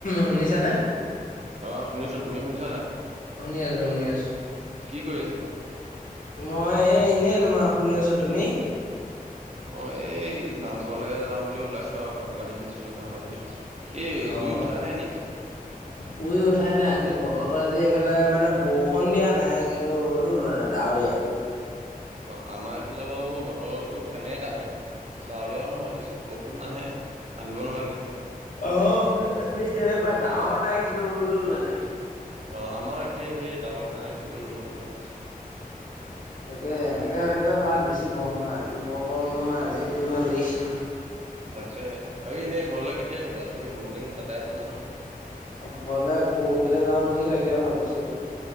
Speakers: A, on the left (about 60°); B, on the right (about 45°).
A: শুনিছানে?
B: অ শুনিছো তুমি শুনিছা নাই
A: শুনি আছো শুনি আছো।
B: কি কৰি আছা?
A: মই এই এনেই তোমাৰ শুই আছোঁ তুমি?
B: মই এই নামঘৰলে যাওঁ বুলি ওলাইছো আৰু কাপোৰ কানি পিন্ধিছো গা পা ধুই। কি
A: অ'।
B: শুই উঠাই নাই নি?
A: শুই উঠাই নাই আজি বতৰটো আজি এইফালে মানে বৰষুণ দিয়া নাই কিন্তু ৰ'দো ওলোৱা নাই ডাৱৰীয়া।
B: অ আমাৰ এইফালে বাৰু বতৰটো সেমেকাহে। ডাৱৰীয়াও নহয়, ঠিক। বৰষুণ নাহে। আহিব নালাগে।
A: অহ। সে সেই তেনেকুৱাই। ডাৱৰ নাই, কিন্তু ৰ'দ ওলোৱা নাই।
B: অহ। আমাৰো একে। সেই ডাৱৰ নাই কিন্তু ৰ'দ ওলোৱা নাই।
A: তাকে এনেকে হৈ থাকিলে ভাল। বেছি গৰম নহয়। আজি বৰ গৰম নহয়, আজি শুই ভাল লাগিছে।
B: তাকেহ। বাকি এনে ঘৰলৈ কেতিয়া আহিবা? তুমি বহুত দিন তাতে আছা নহয়।
A: ঘৰলে পৰহিলৈ যাওঁ নেকি, তাকে ভাবিছোঁ!